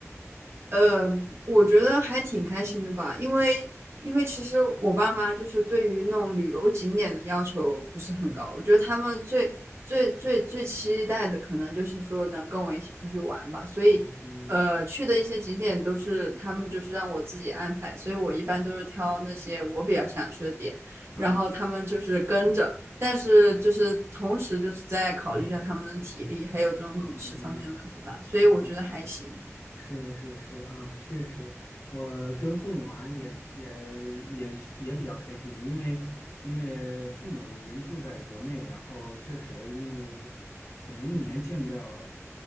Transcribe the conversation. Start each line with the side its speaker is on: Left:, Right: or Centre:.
Right: 呃，我觉得还挺开心的吧，因为因为其实我爸妈就是对于那种旅游景点的要求不是很高，
Left: 嗯，嗯然
Right: 我觉得他们最最最最期待的可能就是说能跟我一起出去玩吧，所以呃去的一些景点都是他们就是让我自己安排，
Left: 后
Right: 所以我一般都是挑那些我比较想去的点，
Left: 啊
Right: 然后他们就是跟着，但是就是同时就是在考虑一下他们的体力还有这种饮食方面的问题吧，
Left: 啊
Right: 所以我觉得还行，
Left: 啊啊。是是是啊，确实，我跟父母玩也也也也比较开心，因为因为父母人住在国内，然后确实因为可能一年见不了，